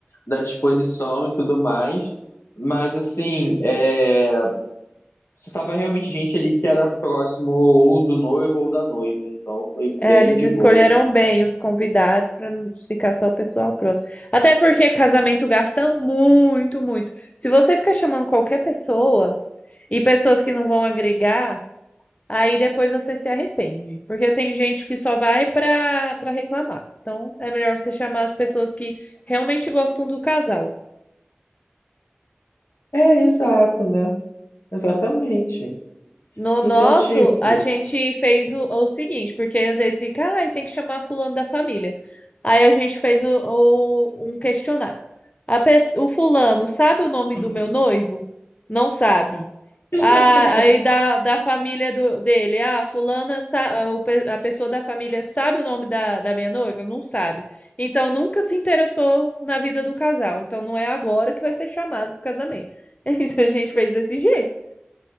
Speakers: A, on the left; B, on the left.
A: da disposição e tudo mais. Mas assim, é, só tava realmente gente ali que era próximo ou do noivo ou da noiva. Então foi
B: É,
A: bem
B: eles
A: de
B: escolheram
A: boa.
B: bem os convidados para não ficar só o pessoal próximo. Até porque casamento gasta muito, muito. Se você ficar chamando qualquer pessoa e pessoas que não vão agregar, aí depois você se arrepende. Porque tem gente que só vai para para reclamar. Então é melhor você chamar as pessoas que realmente gostam do casal.
A: É, exato, né? Exatamente.
B: No nosso,
A: Então, tipo.
B: a gente fez o, o seguinte, porque às vezes fica, ai, tem que chamar fulano da família. Aí a gente fez o, o- um questionário. A pes- o fulano sabe o nome
A: uhum.
B: do meu noivo? Não sabe.
A: <laughs>
B: Ah, aí da, da família do, dele, ah, fulana, sa- ah, o pe- a pessoa da família sabe o nome da, da minha noiva? Não sabe. Então nunca se interessou na vida do casal. Então não é agora que vai ser chamado pro casamento. <laughs> Então a gente fez desse jeito.